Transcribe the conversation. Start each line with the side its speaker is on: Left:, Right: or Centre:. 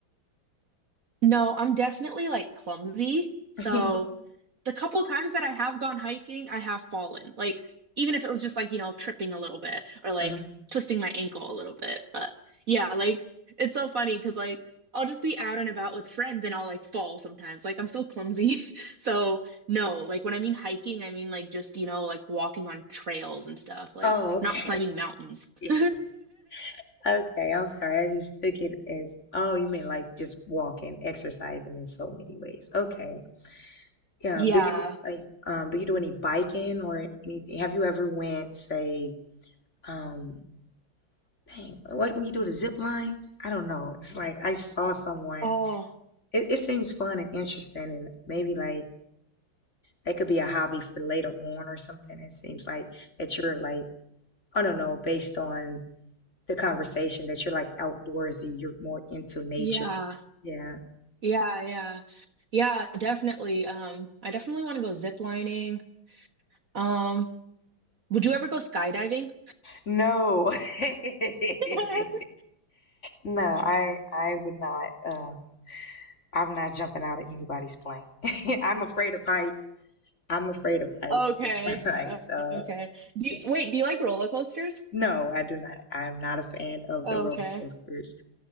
Right: No, I'm definitely like clumsy. So
Left: <laughs>
Right: the couple times that I have gone hiking, I have fallen. Like, even if it was just like, you know, tripping a little bit or like
Left: Uh-huh.
Right: twisting my ankle a little bit. But yeah, like, it's so funny because like I'll just be out and about with friends and I'll like fall sometimes. Like, I'm so clumsy. <laughs> So, no, like when I mean hiking, I mean like just, you know, like walking on trails and stuff, like
Left: Oh, okay.
Right: not climbing mountains. <laughs>
Left: <laughs> Okay, I'm sorry. I just took it as, oh, you mean like just walking, exercising in so many ways. Okay. Yeah.
Right: Yeah.
Left: um, Do you like um do you do any biking or anything? Have you ever went, say, um Dang, what when you do the zip line? I don't know. It's like I saw someone.
Right: Oh,
Left: It, it seems fun and interesting, and maybe like that could be a hobby for later on or something. It seems like that you're like I don't know, based on the conversation that you're like outdoorsy. You're more into nature.
Right: yeah.
Left: Yeah.
Right: Yeah, yeah. Yeah, definitely. Um, I definitely want to go zip lining. Um, would you ever go skydiving?
Left: No. <laughs>
Right: <laughs>
Left: No, I I would not. Um, I'm not jumping out of anybody's plane. <laughs> I'm afraid of heights. I'm afraid of heights.
Right: Okay.
Left: <laughs> From
Right: o-
Left: So.
Right: Okay. Do
Left: Yeah.
Right: you, wait, do you like roller coasters?
Left: No, I do not. I'm not a fan of
Right: Okay.
Left: the roller coasters.